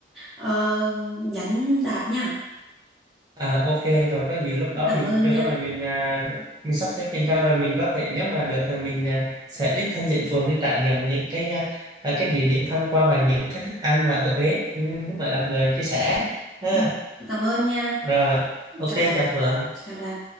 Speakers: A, in the centre; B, on the right.
A: ờ, nhắn Đạt nhá.
B: À, ok rồi có gì lúc đó
A: Cảm
B: mình
A: ơn
B: từ
A: nha.
B: đó là mình à, mình sắp xếp mình ra rồi mình có thể nếu mà được là mình à, sẽ đích thân nhận phường đi trải nghiệm những cái à, à, cái địa điểm tham quan và những cái thức ăn mà ở Huế như lúc nãy đặc biệt chia sẻ ha
A: Ừ, cảm ơn nha.
B: rồi ok
A: Chào Đạt,
B: chào Phượng
A: chào Đạt.